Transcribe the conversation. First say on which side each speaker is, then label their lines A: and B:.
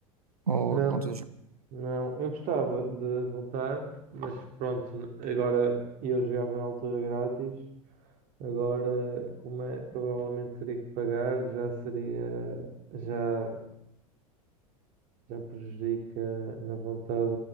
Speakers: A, on the right; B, on the right.
A: Ou
B: Não.
A: não tens jogado?
B: Não, eu gostava de voltar, mas pronto, n- agora eu jogava na altura grátis, agora como é, provavelmente teria que pagar, já seria, já, já prejudica na vontade